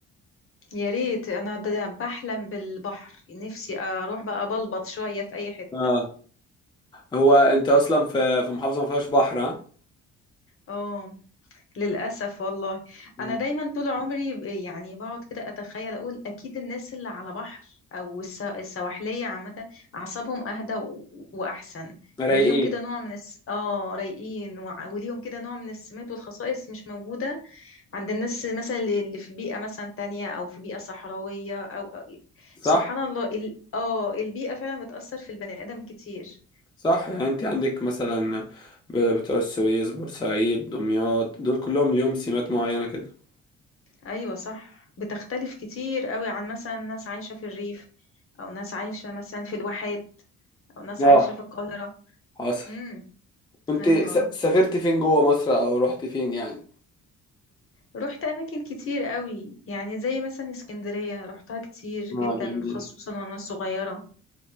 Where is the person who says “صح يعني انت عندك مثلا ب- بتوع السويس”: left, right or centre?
Left